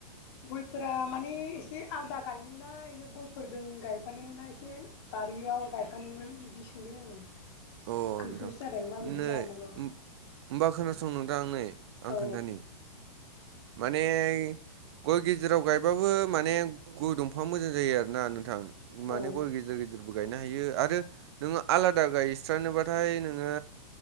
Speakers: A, on the left; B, on the right.
A: गयफोरा माने एसे आलदा गायनोना गयफोरजों गायफानोना एसे बारियाव गायफानो बिदि सोंदों आरो।
B: अ
A: कनफिउस
B: नोंथां
A: जादों माबायदि
B: नै
A: गायनांगौ।
B: होम होमबा खोनासंदो नोंथां नै आं
A: औ
B: खोन्थानि माने गय गेजेराव गायबाबो माने गय दंफाङा मोजां जायो आरोना नोंथां। माने
A: औ
B: गय गिदिर गिदिरबो गायनो हायो आरो नोङो आलादा गायबाथाय नोङो